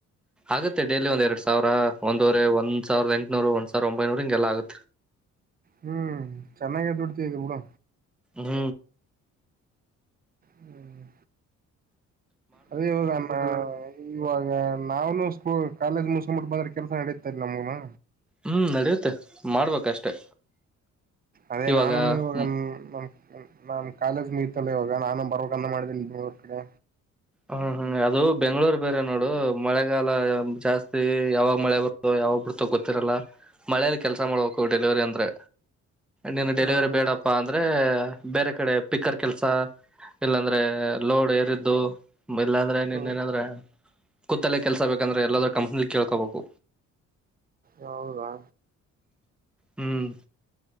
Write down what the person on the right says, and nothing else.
ಹ್ಮ್ ಚೆನ್ನಾಗಿ ದುಡಿತಿಯಾ ಬಿಡು.
ಹ್ಮ್ ಅದೇ ಇವಾಗ ಅನ್ ಇವಾಗ ನಾವನು ಸ್ಕೂ ಕಾಲೇಜ್ ಮುಸ್ಕಂಬಿಟ್ಟು ಬಂದ್ರೆ ಕೆಲಸ ನಡತೈತ ನಮಗೂನು.
ಅದೇ
ನಾನು ನೀವು
ನಮ್ ನಮ್ ನಾನ್ ಕಾಲೇಜ್ ಮುಗಿತಲ್ಲ ಇವಾಗ ನಾನು ಬರಬೇಕಂತ ಮಾಡಿನ್ ಬೆಂಗಳೂರ್ ಕಡೆ.
ಹ್ಮ್
ಹ್ಮ್
ಹೌದಾ?